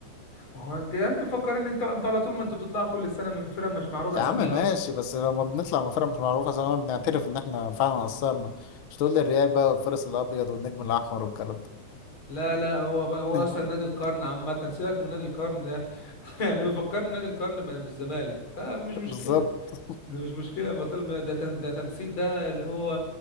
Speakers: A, on the left (about 40°); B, on the left (about 70°).
A: ما هو انت انت مفكرين ان انتوا انتوا على طول ما انتوا بتطلعوا كل سنه من فرقه مش معروف اساميها
B: يا عم ماشي بس لما بنطلع من فرقة مش معروفة زي ما بنعترف إن إحنا فعلا قصرنا مش تقول لي الريال بقى والفارس الأبيض والنجم الأحمر والكلام ده
A: لا لا هو بقى هو
B: <laughs>
A: اصلا نادي القرن عامه سيبك من نادي القرن ده <laughs> يعني بيفكرني نادي القرن بقى بالزمالك فمش مشكله
B: بالظبط
A: مش مشكلة ما طالما ما ده تم- ده تمثيل ده اللي هو